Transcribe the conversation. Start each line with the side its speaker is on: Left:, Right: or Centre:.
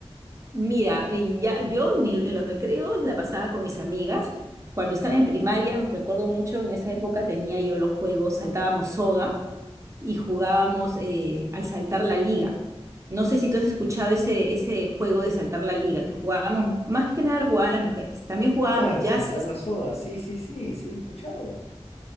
Right: Mira, y ya, yo en mi- en los recreos la pasaba con mis amigas. Cuando estaba en primaria, me recuerdo mucho, en esa época tenía yo los juegos, saltábamos soga y jugábamos eh, al saltar la liga. No sé si tú has escuchado ese, ese juego de saltar la liga, que jugábamos, más que nada lo jugaban las mujeres. También jugábamos
Left: Claro,
Right: yaces,
Left: saltar la soga, sí, sí, sí, sí lo he escuchado.